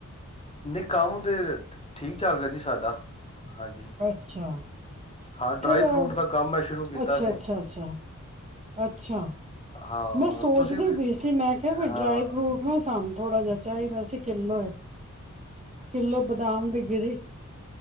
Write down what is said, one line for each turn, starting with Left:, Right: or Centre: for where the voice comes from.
Left: ਨਹੀਂ, ਕੰਮ ਤੇ ਠੀਕ ਚੱਲ ਰਿਹਾ ਜੀ ਸਾਡਾ ਹਾਂਜੀ
Right: ਅੱਛਾ।
Left: ਹਾਂ ਡਰਾਈ
Right: ਕਿਹੜਾ
Left: ਫਰੂਟ ਦਾ ਕੰਮ ਮੈਂ ਸ਼ੁਰੂ ਕੀਤਾ
Right: ਅੱਛਾ
Left: ਸੀ
Right: ਅੱਛਾ ਅੱਛਾ ਅੱਛਾ।
Left: ਹਾਂ।
Right: ਮੈਂ ਸੋਚਦੀ
Left: ਤੁਸੀਂ ਵੀ
Right: ਪਈ ਸੀ ਮੈਂ ਕਿਹਾ ਵੀ
Left: ਹਾਂ
Right: ਡਰਾਈ ਫਰੂਟ ਨਾ ਸਾਨੂੰ ਥੋੜਾ ਜਿਹਾ ਚਾਹੀਦਾ ਸੀਂ ਕਿਲੋ। ਕਿੱਲੋ ਬਦਾਮ ਦੇ ਗਿਰੇ <unintelligible>